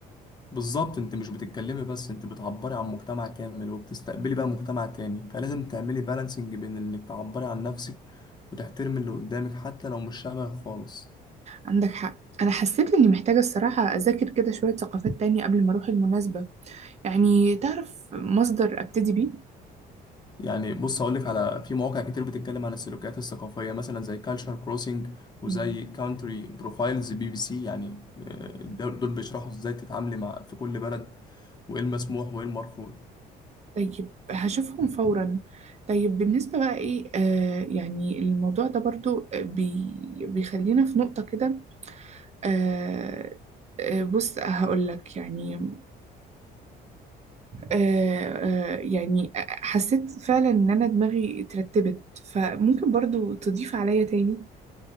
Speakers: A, on the left; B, on the right.
A: بالظبط انت مش بتتكلمي بس انت بتعبري عن مجتمع كامل وبتستقبلي بقى مجتمع تاني فلازم تعملي بالانسنج بين انك تعبري عن نفسك وتحترمي اللي قدامك حتى لو مش شبهك خالص
B: عندك حق أنا حسيت إني محتاجة الصراحة أذاكر كده شوية ثقافات تانية قبل ما أروح المناسبة يعني تعرف مصدر أبتدي بيه؟
A: يعني بص هقول لك على في مواقع كتير بتتكلم عن السلوكيات الثقافيه مثلا زي كالتشر كروسنج وزي
B: مم.
A: كاونتري بروفايلز بي بي سي يعني آه، دول دول بيشرحوا ازاي تتعاملي مع في كل بلد وايه المسموح وايه المرفوض
B: طيب هشوفهم فورا طيب بالنسبة بقى ايه آه يعني الموضوع ده برضو بي بيخلينا في نقطة كده آه آه، بص هقول لك يعني آه آه يعني حسيت فعلا ان انا دماغي اترتبت فممكن برضو تضيف عليا تاني